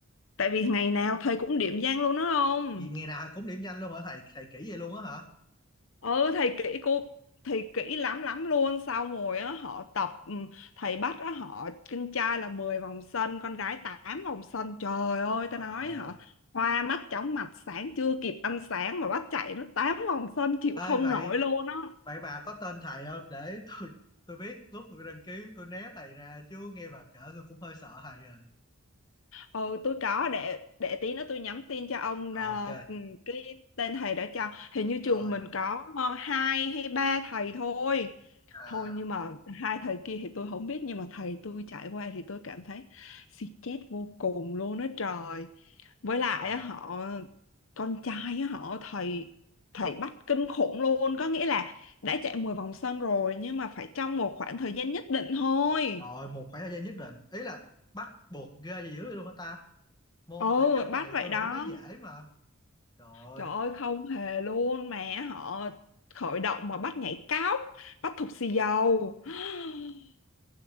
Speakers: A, on the left; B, on the left.
A: tại vì ngày nào thầy cũng điểm danh luôn đó không
B: vì ngày nào cũng điểm nhanh luôn hả thầy thầy kỹ vậy luôn á hả
A: ừ thầy kỹ cô thầy kỹ lắm lắm luôn xong rồi á họ tập ừ, thầy bắt á họ con trai là mười vòng sân con gái tám vòng sân trời ơi
B: trời
A: tao nói
B: ơi
A: hả hoa mắt chóng mặt sáng chưa kịp ăn sáng mà bắt chạy nó 8 vòng sân chịu không
B: ê vậy
A: nổi luôn á
B: Vậy bà có tên thầy không để <laughs> tôi tôi biết lúc tôi đăng ký tôi né thầy ra chứ nghe bà kể tôi cũng hơi sợ thầy rồi.
A: ừ tôi có để để tí nữa tôi nhắn tin cho ông
B: Ờ,
A: ờ,
B: ok.
A: ừ, cái tên thầy đã cho hình như
B: Rồi.
A: trường mình có ờ, hai hay ba thầy thôi
B: À,
A: thôi nhưng mà hai thầy kia thì tôi không biết nhưng mà thầy tôi trải qua thì tôi cảm thấy stress vô cùng luôn á trời với lại
B: ờ,
A: á, họ con trai á, họ thầy thầy bắt kinh khủng luôn có nghĩa là đã chạy 10 vòng sân rồi nhưng mà phải trong một khoảng thời gian nhất định thôi
B: rồi một khoảng thời gian nhất định. Ý là bắt buộc ra gì dữ vậy luôn hả ta? Môn
A: ừ
B: thể chất
A: bắt
B: này
A: vậy
B: tôi
A: đó
B: nghĩ nó dễ mà. Trời ơi.
A: trời ơi không hề luôn mà họ khởi động mà bắt nhảy cóc bắt thục xì dầu <gasps>